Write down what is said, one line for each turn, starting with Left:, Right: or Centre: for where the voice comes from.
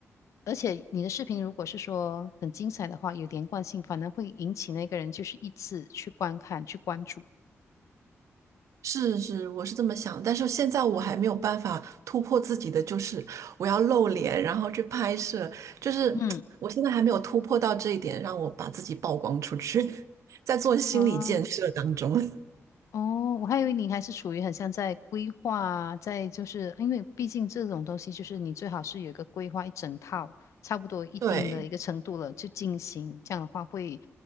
Left: 而且你的视频如果是说很精彩的话，有连贯性，反而会引起那个人就是一次去观看、去关注。
Right: 是是，我是这么想，但是现在我还没有办法突破自己的，就是我要露脸，然后去拍摄，就是我现在还没有突破到这一点，
Left: 嗯，
Right: 让我把自己曝光出去，<laughs> 在做心理建设当中。
Left: 啊。
Right: <laughs>
Left: 哦，我还以为你还是处于很像在规划啊在就是因为毕竟这种东西就是你最好是有一个规划一整套，差不多一定的一个程度了就进行，
Right: 对
Left: 这样的话会